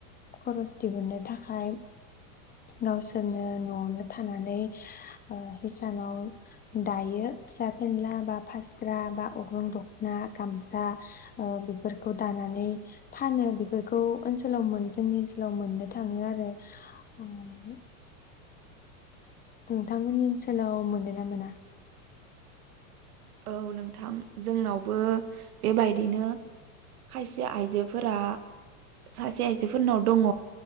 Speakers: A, on the left (about 20°); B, on the right (about 80°).
A: खरस दिहुननो थाखाय गावसोरनो न'आवनो थानानै ओं हिसानाव दायो फिसा फेनला बा फास्रा बा अग्रं दख'ना गामसा ओं बेफोरखौ दानानै फानो बेफोरखौ ओनसोलाव मोनो जोंनि ओनसोलाव मोननो थाङो आरो। औ मोनो। नोंथांमोननि ओनसोलाव मोनोना मोना?
B: औ नोंथां जोंनावबो बेबायदिनो खायसे आइजोफोरा सासे आइजोफोरनाव दङ'